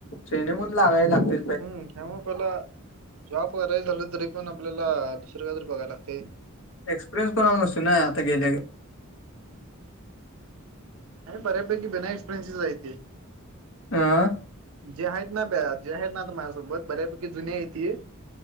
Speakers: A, on the left; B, on the right.
A: ट्रेन मून लागावी लागते.
B: हम्म हव्हा पला. जॉब कराय झालं तरी पण आपल्याला दुसरं काय जरी बघायला लागते.
A: एक्सपिरिन्स पणाला नस ना नाही आता गेल्या.
B: नाही बऱ्यापैकी बि एक्परयन्सेस आहे. तये
A: हां.
B: जे आहेत ना प्या जे आहेत ना माझ्यासोबत बऱ्यापैकी जुन आहे ती.